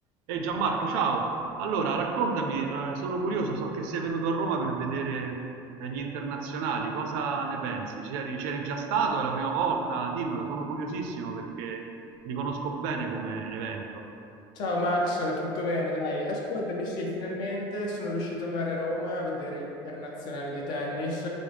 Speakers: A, on the right (about 85°); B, on the left (about 45°).
A: Ehi Gianmarco, ciao! Allora, raccontami, eh, sono curioso, so che sei venuto a Roma per vedere eh, gli internazionali, cosa ne pensi? C'eri, c'eri già stato? È la prima volta? Dimmelo, sono curiosissimo perché li conosco bene come evento.
B: Ciao Max, tutto bene? Dai, ascoltami, sì, finalmente sono riuscito ad andare a Roma a vedere l'internazionale di tennis.